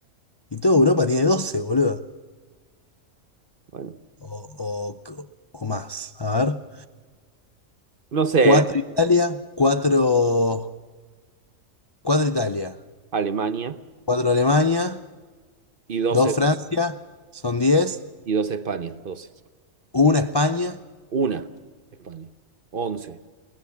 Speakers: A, on the left; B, on the right.
A: Y toda Europa tiene doce boludo.
B: Bueno,
A: O, o, o más. A ver.
B: no sé,
A: Cuatro Italia, cuatro, cuatro Italia,
B: Alemania
A: cuatro Alemania,
B: y 12.
A: dos Francia, son diez
B: y 2 España, doce
A: una España,
B: Una España, 11